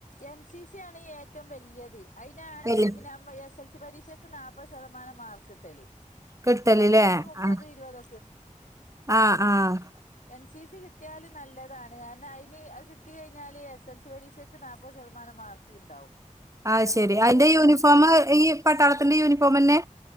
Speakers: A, on the left (about 65°); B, on the right (about 25°).
A: എൻ സി സി ആണ് ഏറ്റവും വലിയത് അയിനാണ്
B: വല്യ
A: ഈ പിന്നെ എസ് എൽസി പരീക്ഷക്ക് നാല്പത് ശതമാനം മാർക്ക് കിട്ടല്
B: കിട്ടലില്ലേ
A: മറ്റേതിന് മുപ്പത്
B: ആഹ്
A: ഇരുപത
B: ആഹ് ആഹ്
A: എൻ സി സി കിട്ടിയാലും നല്ലതാണ്. കാരണം അയില് കിട്ടി കഴിഞ്ഞാല് എസ് എൽ സി പരീക്ഷ ക്ക് നാല്പ്പത് ശതമാനം മാർക്ക് ഉണ്ടാവും
B: ആഹ് ശെരി
A: ഏറെ
B: അയിന്റെ
A: എക്സ്ട്രാ
B: യൂണിഫോം
A: ആ
B: ഈ പട്ടാളത്തിന്റെ യൂണിഫോമെന്നെ